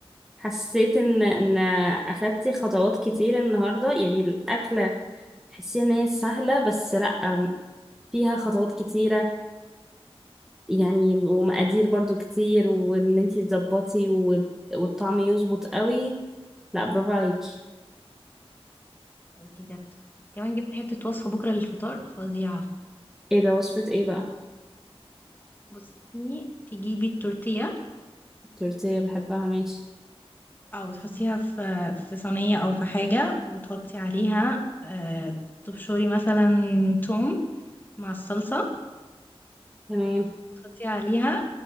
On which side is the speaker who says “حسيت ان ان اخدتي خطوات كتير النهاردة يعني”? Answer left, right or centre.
Centre